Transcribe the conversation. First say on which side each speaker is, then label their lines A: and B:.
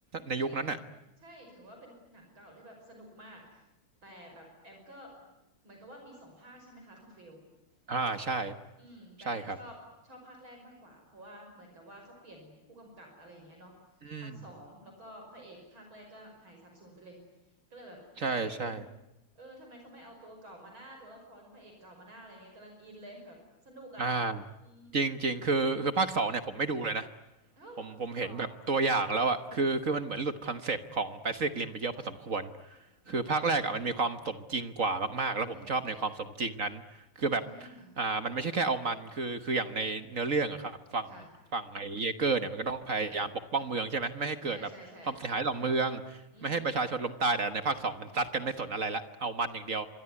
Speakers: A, on the right; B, on the right.
A: ในยุคนั้นอ่ะ
B: จริงใช่ถือว่าเป็นหนังเก่าที่แบบสนุกมากแต่แบบแอมก็เหมือนกับว่ามีสองภาคใช่ไหมคะคุณฟิล
A: อ่าใช่
B: อืมแต่แอมชอบชอบภาคแรกมากกว่าเพราะว่าเหมือนกับว่าเขาเปลี่ยนผู้กำกับอะไรอย่างเงี้ยเนาะภาคสองแล้วก็พระเอกภาคแรกก็หายสาบสูญไปเลย
A: ใช่ครับ อืม
B: ก็เลยแบบเออยัง
A: ใช่ใช่
B: เออทำไมเขาไม่เอาตัวเก่ามาหน้าตัวละครพระเอกเก่ามาหน้าอะไรเงี้ยกำลังอินเลยแบบสนุกอ่ะ
A: อ่า
B: อืม
A: จริงจริงคือ คือภาคสองเนี่ยผมไม่ดูเลยนะ
B: เอ้าจริงเหรอ
A: ผมผมเห็นแบบตัวอย่างแล้วอ่ะคือคือมันเหมือนหลุดคอนเซปต์ของ Pacific Rim ไปเยอะพอสมควร
B: อื
A: คือภาคแรกอ่ะมันมีความสมจริงกว่ามากๆแล้วผมชอบในความสมจริงนั้นคือแบบ
B: มใช่ใช่ใช่อ่า
A: อ่ามันไม่ใช่แค่เอามันคือคืออย่างในเนื้อเรื่องอะครับฝั่งฝั่งไอ้เยเกอร์เนี่ยมันก็ต้องพยายามปกป้องเมืองใช่ไหมไม่ให้เกิดแบบความเสียหายต่อเมือง
B: ค่ะเออ ใช่ใช่ใช่อืม
A: ไม่ให้ประชาชนล้มตายแต่ในภาคสองมันซัดกันไม่สนอะไรละเอามันอย่างเดียว
B: อืม